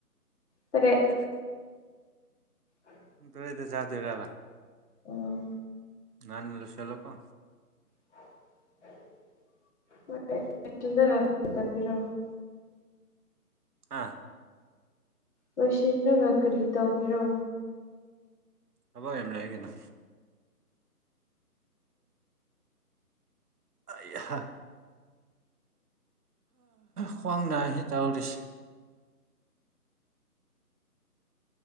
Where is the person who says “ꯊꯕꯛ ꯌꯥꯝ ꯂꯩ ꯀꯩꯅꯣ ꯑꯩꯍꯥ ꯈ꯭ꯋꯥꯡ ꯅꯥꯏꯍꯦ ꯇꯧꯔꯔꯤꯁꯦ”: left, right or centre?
Right